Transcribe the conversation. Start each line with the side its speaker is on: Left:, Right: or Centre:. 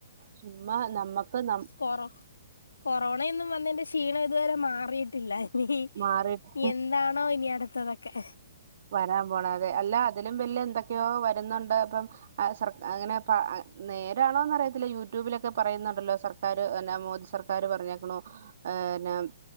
Right: ചുമ്മ്മ നമ്മക്ക് ന
Left: പോറ കൊറോണയന്നും വന്ന്.. ക്ഷീണം ഇതുവരെ മാറിയിട്ടില്ല ഇനി
Right: മാറിട്ട്
Left: എന്താണോ ഇനി അടുത്തതൊക്കെ,
Right: വരാൻ പോണം അതെ അല്ല അതിലും വല് എന്തൊക്കെയോ വരുന്നുണ്ട് അപ്പം.. സർ അങ്ങനെ നേരാണോന്ന് അറിയത്തില്ല യൂട്യൂബിലൊക്കെ പറയുന്നുണ്ടല്ലോ സർ സക്കാര് എന്നാ മോദി സർക്കാാര് പറഞ്ഞേക്കണ ഹ് എന്ന..